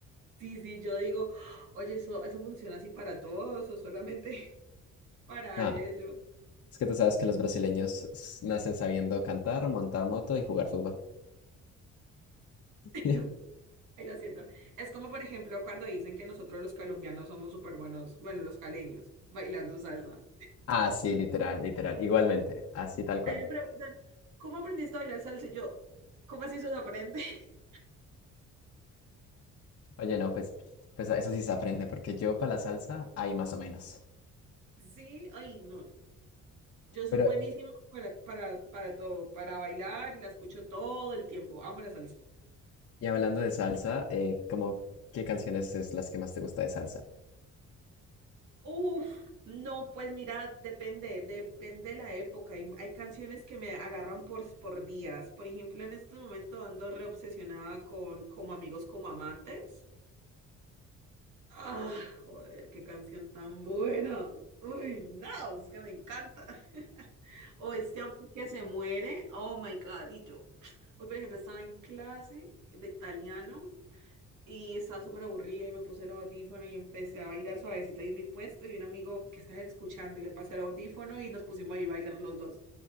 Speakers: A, on the right; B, on the left.
A: Sí, sí, yo digo, oye, eso, eso funciona así para todos o solamente <laughs> para
B: Nada,
A: ellos. <clears throat>
B: es que tú sabes que los brasileños s- nacen sabiendo cantar, montar moto y jugar fútbol. <laughs>
A: <laughs> Ay, lo siento. Es como, por ejemplo, cuando dicen que nosotros los colombianos somos súper buenos, bueno, los caleños, bailando salsa.
B: Ah, sí, literal, literal, igualmente, así tal cual.
A: A mí me preguntan, ¿cómo aprendiste a bailar salsa? Y yo, ¿cómo así se aprende? <laughs>
B: Oye, no, pues, pues eso sí se aprende, porque yo para la salsa hay más o menos.
A: Sí, ay, no. Yo soy
B: Pero,
A: buenísima para, para, para todo, para bailar y la escucho todo el tiempo. Amo la salsa.
B: y hablando de salsa, eh, como, ¿qué canciones es las que más te gusta de salsa?
A: Uf, no, pues mira, depende, depende de la época. Hay, hay canciones que me agarran por, por días. Por ejemplo, en este momento ando reobsesionada con Como amigos, como amantes. Ah, joder, qué canción tan buena. Uy, no, es que me encanta. <laughs> O este amor que se muere. Oh my God, y yo. Hoy, por ejemplo, estaba en clase de italiano y estaba súper aburrida y me puse el audífono y empecé a bailar suavecita en mi puesto y un amigo que estaba escuchando y le pasé el audífono y nos pusimos ahí a bailar los dos